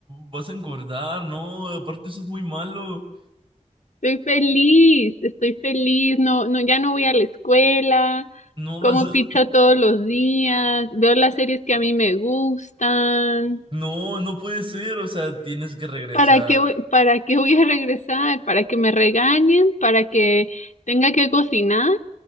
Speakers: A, on the right (about 45°); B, on the left (about 80°).
A: vas a engordar, no, aparte eso es muy malo.
B: Estoy feliz, estoy feliz. No, no, ya no voy a la escuela.
A: No
B: Como
A: vas a-
B: pizza todos los días. Veo las series que a mí me gustan.
A: No, no puede ser, o sea, tienes que regresar.
B: ¿Para qué, voy- para qué voy a regresar? ¿Para que me regañen? ¿Para que tenga que cocinar?